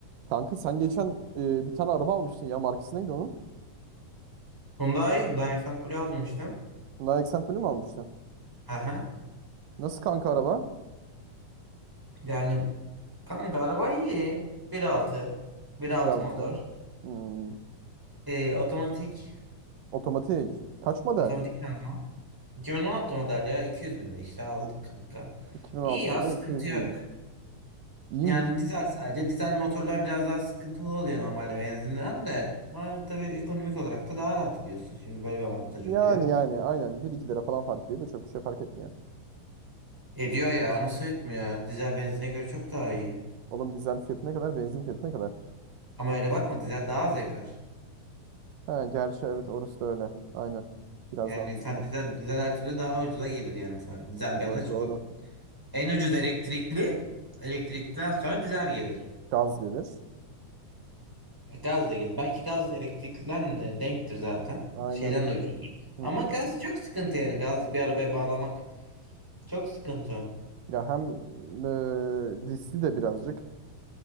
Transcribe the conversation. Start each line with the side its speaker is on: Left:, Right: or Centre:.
Right: Kanka sen geçen e, bir tane araba almıştın ya. Markası neydi onun?
Centre: Hyundai, Hyundai Accent aldım işte.
Right: Hyundai Accent Blue mu almıştın?
Centre: Hı hı.
Right: Nasıl kanka araba?
Centre: Yani kanka araba iyi. bir altı bir
Right: Güzel
Centre: altı motor.
Right: bir şey. Hmm.
Centre: Ee, otomatik,
Right: Otomatik. Kaç model?
Centre: otomatik şanzıman. 2016 model ya 200 binde işte aldık kanka.
Right: 2006
Centre: İyi ya
Right: model.
Centre: sıkıntı
Right: 200
Centre: yok.
Right: bin. İyi
Centre: Yani
Right: mi?
Centre: dizel sadece. Dizel motorlar biraz daha sıkıntılı oluyor normalde benzinden de. Ha, tabii ekonomik olarak da daha rahat ediyorsun. Şimdi böyle bir avantajı
Right: Yani
Centre: oluyor.
Right: yani aynen. bir iki lira falan fark ediyor da çok bir şey fark etmiyor.
Centre: Ediyor ya nasıl etmiyor? Dizel benzine göre çok daha iyi.
Right: Oğlum dizel fiyatı ne kadar? Benzin fiyatı ne kadar?
Centre: Ama öyle bakma dizel daha az yakar.
Right: Ha, gerçi evet orası da öyle. Aynen. Biraz
Centre: Yani
Right: daha sıkı.
Centre: sen dizel, dizel her türlü daha ucuza gelir yani sana. Dizel
Right: Doğru
Centre: bir araç.
Right: doğru.
Centre: O, en ucuz elektrikli. Elektrikten sonra dizel gelir.
Right: Gaz gelir.
Centre: E, Gaz da gelir. Belki gaz elektrikten de denktir zaten.
Right: Aynen.
Centre: Şeyden de ucuzdur.
Right: Hı
Centre: Ama
Right: hı.
Centre: gaz çok sıkıntı yani. Gaz bir arabaya bağlamak çok sıkıntı.
Right: Ya hem e, riskli de birazcık.